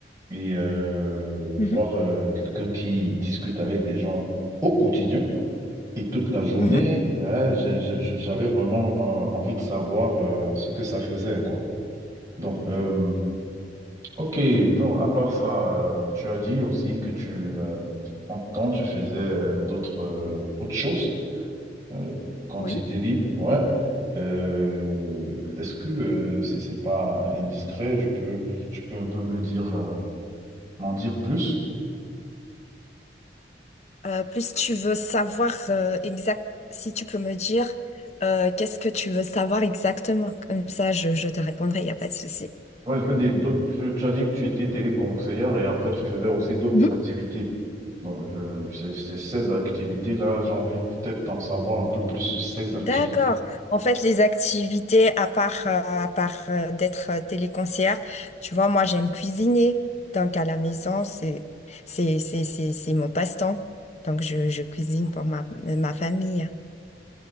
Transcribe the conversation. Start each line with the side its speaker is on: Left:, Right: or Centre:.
Right: Et euh,
Left: Mhm.
Right: voir euh, quelqu'un qui discute avec les gens au quotidien. Et toute la journée,
Left: Mhm.
Right: ouais, j'ai- j'ai- j'ai- j'avais vraiment euh, envie de savoir euh, ce que ça faisait, quoi. Donc, euh, ok, donc à part ça, euh, tu as dit aussi que tu, euh, en temps, tu faisais euh, d'autres euh, autres choses euh, quand
Left: Oui.
Right: tu étais libre, ouais. Euh, est-ce que, euh, si c'est pas indiscret, je peux, tu peux un peu me dire, euh, m'en dire plus?
Left: Euh, plus tu veux savoir euh, exact, si tu peux me dire euh, qu'est-ce que tu veux savoir exactement. Comme ça, je, je te répondrai, il n'y a pas de souci.
Right: Moi, je veux dire, d'autres, tu, tu as dit que tu étais téléconseillère et après, tu faisais aussi d'autres
Left: Mhm.
Right: activités. Donc, je, ces, ces- ces activités-là, j'ai envie peut-être d'en savoir un peu plus sur ces activités.
Left: D'accord. En fait, les activités, à part, euh, à part euh, d'être euh, téléconcière, tu vois, moi, j'aime cuisiner. Donc, à la maison, c'est, c'est, c'est, c'est, c'est mon passe-temps. Donc, je, je cuisine pour ma, ma famille.